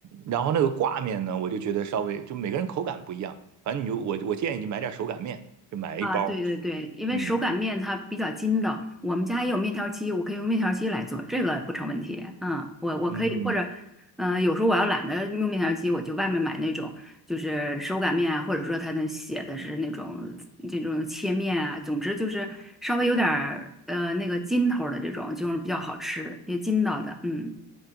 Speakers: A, on the right (about 45°); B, in the centre.
A: 然后那个挂面呢，我就觉得稍微就每个人口感不一样，反正你就我我建议你买点手擀面，就买一包。
B: 啊，对对对，因为手擀面它比较筋道，
A: 嗯
B: 我们家也有面条机，我可以用面条机来做，这个不成问题。嗯，我我可以或者，
A: 嗯。
B: 嗯、有时候我要懒得用面条机，我就外面买那种就是手擀面啊，或者说它那写的是那种这种切面啊，总之就是稍微有点儿呃那个筋头儿的这种，就是比较好吃，也筋道的。嗯